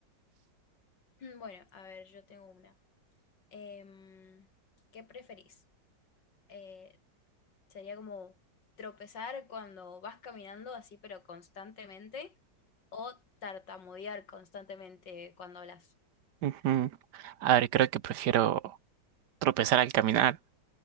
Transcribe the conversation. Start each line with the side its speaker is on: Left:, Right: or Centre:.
Left: <laughs> Bueno, a ver, yo tengo una. Em, ¿qué preferís? Eh, sería como tropezar cuando vas caminando así, pero constantemente, o tartamudear constantemente cuando hablas.
Right: Ujú. A ver, creo que prefiero tropezar al caminar.